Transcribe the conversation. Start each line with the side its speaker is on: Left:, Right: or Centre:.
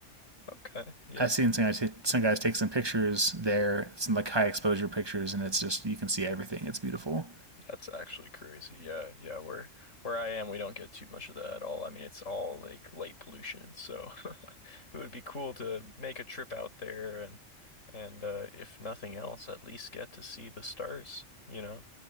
Left: Okay, yeah.
Right: I've seen some guys, t- some guys take some pictures there, some like high exposure pictures, and it's just you can see everything. It's beautiful
Left: That's actually crazy. Yeah, yeah. Where where I am, we don't get too much of that at all. I mean, it's all like light pollution, so <laughs> it would be cool to make a trip out there and and uh, if nothing else, at least get to see the stars, you know?